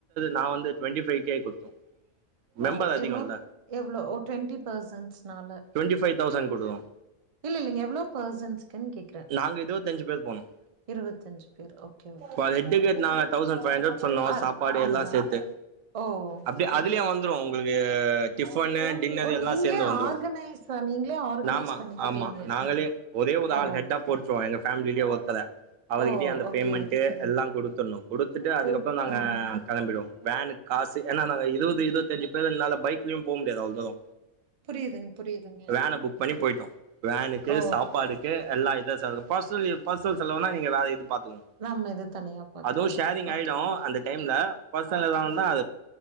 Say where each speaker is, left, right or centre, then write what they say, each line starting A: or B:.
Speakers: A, on the right (about 80°); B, on the right (about 50°).
A: நா வந்து டொன்டி ஃப கே கொடுத்தோ மெம்பரதிகோல்ல
B: ஓ! எவ்ளோ எவ்ளோ ட்வெண்டி பர்ஸன்ஸ்னால
A: டுவெண்ட்டி ஃபைவ் தௌசண்ட் குடுத்தோம்
B: இல் இல்லீங் எவ்ளோ பர்ஸன்ஸுகுன் கேக்குறங்
A: நாங்க இருவத்தஞ்சு பேர் போனோம்
B: இருவத்தஞ்சு பேர் ஓகே ஓகே
A: பர் ஹெட்டுக்கு நாங்க தௌஸண்ட் ஃபைவ் ஹண்டர்ட் சொன்ன
B: அ
A: சாப்பாடு
B: அதுதான்.
A: எல்லா சேத்து
B: ஓ!
A: அப்டி அதுலயே
B: ஓகே, ஓகே.
A: வந்ரு உங்களுக் ஆ ஃடிபன்னு டின்னர்
B: ஓ!
A: எல்லா
B: நீங்களே
A: சேந்து வந்துரு
B: ஆர்கனைஸ் நீங்களே ஆர்கனைஸ்
A: ஆமா
B: பண்ணிக்கிட்டீங்க.
A: ஆமா நாங்களே ஒரே ஒரு
B: ஓ!
A: ஆள் ஹெட்டா போட்டுருவோ எங்க ஃபேமிலயே ஒருத்தர அவருக்கிட்டயே
B: ஓ!
A: அந்த
B: ஓகே,
A: பேமெண்ட்டு
B: ஓகே.
A: எல்லா குடுத்துட்ணு குடுத்துட்டு அதுக்கப்புறோ
B: கூல்
A: நாங்க
B: ஆ.
A: கெளம்பிடுவோ வேனுக் காஸ் ஏனா நாங்க இருவது இருவத்தஞ்சு பேர்னால பைக் போ முடியாது அவ்ள தூரோ
B: புரியுதுங் புரியுதுங்க.
A: வேன புக் பண்ணி போயிட்டோ வேனுக்கு
B: ஓ
A: ஸாப்பாடுக்கு எல்லா <unintelligible> பர்ஸ்னல் பர்ஸனல் செலவ்னா நீங் வேற இதுப் பாார்த்தக்கோ
B: நம்ம இது தனியா பாத்துக்கணு
A: அதுவும் ஷேரிங்
B: ஓகே
A: ஆயிடும்
B: ஓகே.
A: அந்த டைம்ல பர்சனல்ல எதவந்த